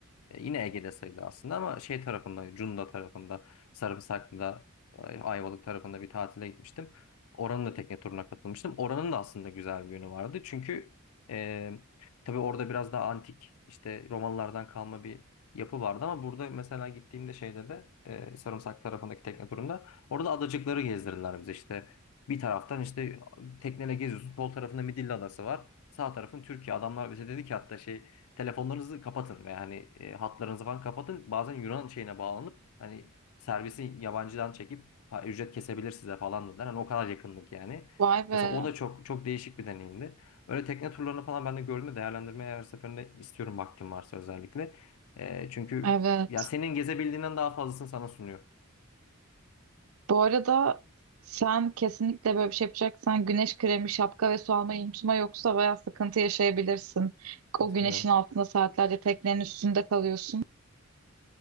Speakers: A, on the left; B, on the right.
A: e, yine Ege'de sayılır aslında ama şey tarafında, Cunda tarafında, Sarımsaklı'da, e, Ayvalık tarafında bir tatile gitmiştim. Oranın da tekne turuna katılmıştım. Oranın da aslında güzel bir yönü vardı. Çünkü e, tabii orada biraz daha antik işte Romalılardan kalma bir yapı vardı ama burada mesela gittiğimde şeyde de e, Sarımsak tarafındaki tekne turunda orada adacıkları gezdirdiler bize işte. Bir taraftan işte tekneyle geziyorsun. Sol tarafında Midilli Adası var. Sağ tarafın Türkiye. Adamlar bize dedi ki hatta şey telefonlarınızı kapatın veya hani e, hatlarınızı falan kapatın. Bazen Yunan şeyine bağlanıp hani servisi yabancıdan çekip pa- ücret kesebilir size falan dediler. Hani o kadar yakınlık yani.
B: Vay be.
A: Mesela o da çok çok değişik bir deneyimdi. Öyle tekne turlarını falan ben de gördüm değerlendirmeye her seferinde istiyorum vaktim varsa özellikle. E, çünkü
B: Evet.
A: ya senin gezebildiğinden daha fazlasını sana sunuyor.
B: Bu arada sen kesinlikle böyle bir şey yapacaksan güneş kremi, şapka ve su almayı unutma yoksa bayağı sıkıntı yaşayabilirsin.
A: Katılıyorum.
B: O güneşin altında saatlerce teknenin üstünde kalıyorsun.